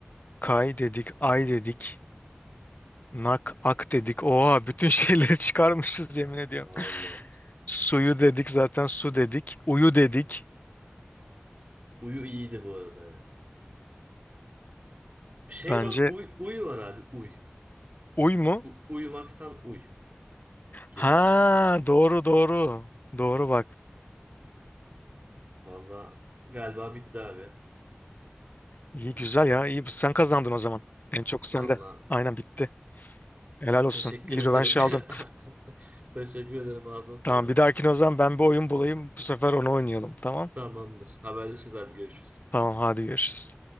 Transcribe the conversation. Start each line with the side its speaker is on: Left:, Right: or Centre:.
Left: Kay dedik. Ay dedik. Nak, ak dedik. Oha bütün şeyleri <laughs> çıkarmışız yemin ediyorum.
Right: Vallahi.
Left: Suyu dedik zaten su dedik. Uyu dedik.
Right: Uyu iyiydi bu arada ya. Şey
Left: Bence
Right: var. Uy, uyu var abi. Uy.
Left: uy mu?
Right: U- uyumaktan uy gibi.
Left: Ha doğru doğru. Doğru bak.
Right: Vallahi galiba bitti abi.
Left: İyi güzel ya. İyi sen kazandın o zaman. En çok sende.
Right: Vallahi
Left: Aynen bitti. Helal olsun.
Right: Teşekkür
Left: İyi
Right: ederim.
Left: rövanş aldın.
Right: <laughs> Teşekkür ederim. Ağzına sağlık.
Left: Tamam bir dahakine o zaman ben bir oyun bulayım. Bu sefer onu oynayalım. Tamam.
Right: Tamamdır. Haberleşiriz abi. Görüşürüz.
Left: Tamam hadi görüşürüz.